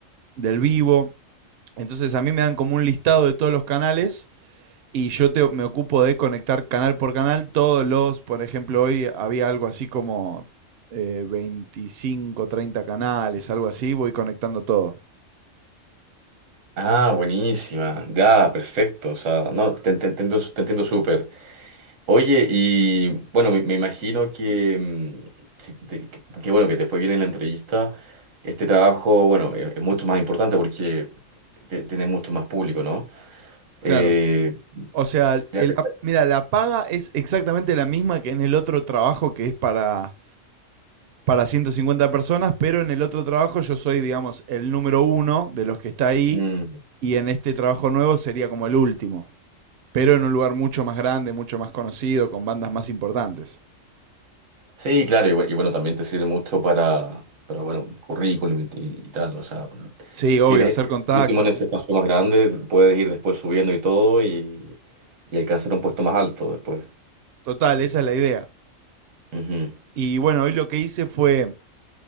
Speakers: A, on the right; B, on the right.
A: del vivo. Entonces a mí me dan como un listado de todos los canales y yo te- me ocupo de conectar canal por canal todos los, por ejemplo, hoy había algo así como eh, 25, 30 canales, algo así, voy conectando todo.
B: Ah, buenísima. Ya, perfecto. O sea, no, te, te entiendo, te entiendo súper. Oye, y bueno, me, me imagino que, mm, si te- que, que bueno, que te fue bien en la entrevista. Este trabajo, bueno, es, es mucho más importante porque te- tiene mucho más público, ¿no? Eh,
A: Claro. O sea,
B: ya
A: el-
B: te-
A: mira, la paga es exactamente la misma que en el otro trabajo que es para, para 150 personas, pero en el otro trabajo yo soy, digamos, el número uno de los que está ahí
B: mm.
A: y en este trabajo nuevo sería como el último, pero en un lugar mucho más grande, mucho más conocido, con bandas más importantes.
B: Sí, claro, y, bu- y bueno, también te sirve mucho para, para bueno, currículum y, y- tal, o sea,
A: Sí, obvio,
B: si eres
A: hacer contactos.
B: último en ese paso más grande, puedes ir después subiendo y todo y, y alcanzar un puesto más alto después.
A: Total, esa es la idea.
B: Ujú.
A: Y bueno, hoy lo que hice fue...